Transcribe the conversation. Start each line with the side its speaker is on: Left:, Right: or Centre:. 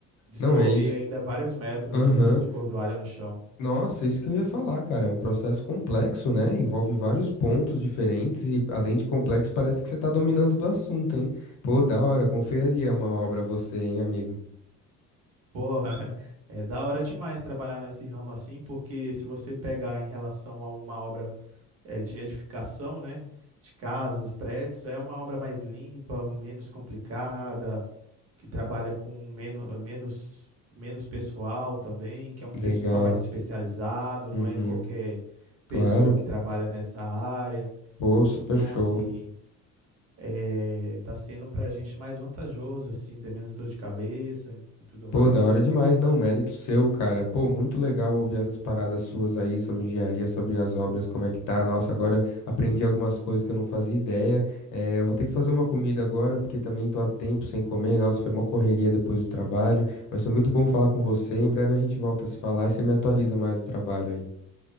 Right: Descorrer
Left: Não, é isso.
Right: ainda vários metros
Left: Aham.
Right: de, de cordoalha no chão.
Left: Nossa, é isso que eu ia falar, cara. É um processo complexo, né? Envolve vários pontos diferentes e, além de complexo, parece que você tá dominando do assunto, hein? Pô, da hora, eu confiaria uma obra a você, hein, amigo?
Right: Porra, <laughs> é da hora demais trabalhar nesse ramo assim, porque se você pegar em relação a uma obra é, de edificação, né, de casas, prédios, é uma obra mais limpa, menos complicada, que trabalha com menos, menos, menos pessoal também, que é um pessoal
Left: Legal.
Right: mais especializado, não
Left: Uhum.
Right: é qualquer
Left: Claro.
Right: pessoa que trabalha nessa área.
Left: Pô, super
Right: Então,
Left: show.
Right: assim. é, tá sendo pra gente mais vantajoso, assim, ter menos dor de cabeça e tudo
Left: Pô,
Right: mais.
Left: da hora demais, não, mérito seu, cara. Pô, muito legal ouvir essas paradas suas aí sobre engenharia, sobre as obras, como é que tá. Nossa, agora aprendi algumas coisas que eu não fazia ideia. Eh, eu vou ter que fazer uma comida agora, porque também tô há tempo sem comer. Nossa, foi uma correria depois do trabalho, mas foi muito bom falar com você. Em breve a gente volta a se falar e você me atualiza mais do trabalho aí.